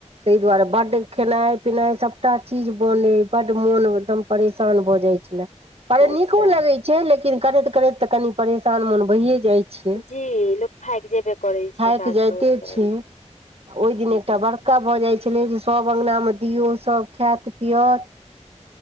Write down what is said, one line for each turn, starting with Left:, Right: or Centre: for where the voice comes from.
Right: तेहि दुआरे बड्ड खेनाइ पिनाइ सभटा चीज बनै बड्ड मोन दम परेशान भऽ जाइत छलए पर
Left: अच्छा
Right: नीको लगै छै लेकिन करैत करैत तऽ कनि परेशान मन भैइए जाइ छिय
Left: जी लोक थाकि जेबे करै छै
Right: थाइक
Left: काज
Right: जाइते
Left: करैत करैत
Right: छै ओहि दिन
Left: जी
Right: एकटा बड़का भऽ जाइ होइ छलै जे सभ अंगनामे दियौ सभ खायत पीअत